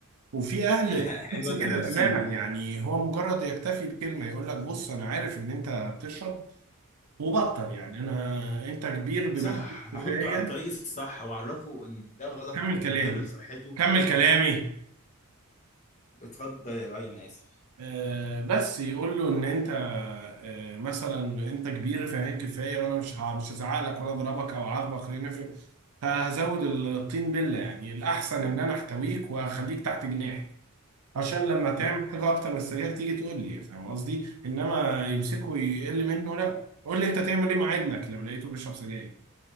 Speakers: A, on the right; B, on the left.
A: وفي اهل
B: <laughs> حلوة
A: نفس كده
B: تلباتشينو
A: تماما
B: دي
A: يعني هو مجرد يكتفي بكلمه يقول لك بص انا عارف ان انت بتشرب وبطل يعني انا انت كبير بما
B: صح
A: فيه الكفايه
B: أحطه على الطريق الصح وأعرفه إن ده غلط
A: كمل
B: ومضر
A: كلامي
B: لصحته
A: كمل كلامي
B: اتفضل يا لؤي أنا آسف
A: آه، بس يقول له ان انت آه، مثلا انت كبير فهي كفايه وانا مش ه- مش هزعق لك ولا اضربك او اعاقبك خلينا في هزود الطين بله يعني الاحسن ان انا احتويك وهخليك تحت جناحي عشان لما تعمل
B: ب...
A: حاجه اكتر من السرير تيجي تقول لي فاهم قصدي انما يمسكه يقل منه لا قول لي انت تعمل ايه مع ابنك لو لقيته بيشرب سجاير